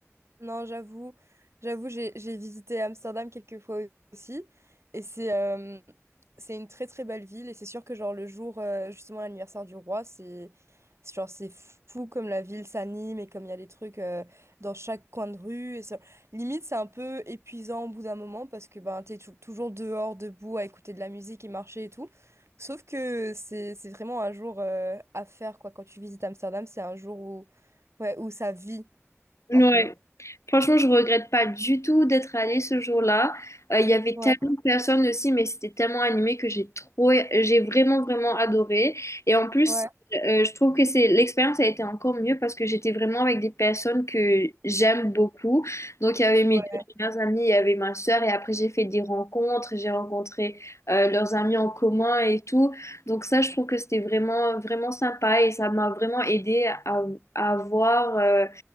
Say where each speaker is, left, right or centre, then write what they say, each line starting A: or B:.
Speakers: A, on the right; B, on the left.
A: Non, j'avoue, j'avoue, j'ai j'ai visité Amsterdam quelques fois aussi, et c'est euh, c'est une très très belle ville, et c'est sûr que genre le jour euh, justement l'anniversaire du roi, c'est c'est genre c'est fou comme la ville s'anime et comme il y a des trucs euh, dans chaque coin de rue, et ça- limite c'est un peu épuisant au bout d'un moment parce que ben t'es tou- toujours dehors debout à écouter de la musique et marcher et tout. Sauf que c'est c'est vraiment un jour euh, à faire quoi. Quand tu visites Amsterdam, c'est un jour où ouais où ça vit
B: Ouais.
A: un peu.
B: Franchement, je regrette pas du tout d'être allée ce jour-là. Euh, Il y avait
A: Ouais.
B: tellement de personnes aussi, mais c'était tellement animé que j'ai trop, j'ai vraiment, vraiment adoré. Et en plus,
A: Ouais.
B: euh, je trouve que c'est l'expérience a été encore mieux parce que j'étais vraiment avec des personnes que j'aime beaucoup. Donc, il y avait
A: Ouais,
B: mes deux meilleures amies, il y avait ma sœur, et après, j'ai fait des rencontres, j'ai rencontré euh, leurs amis en commun et tout. Donc, ça, je trouve que c'était vraiment, vraiment sympa et ça m'a vraiment aidé à, à voir. euh,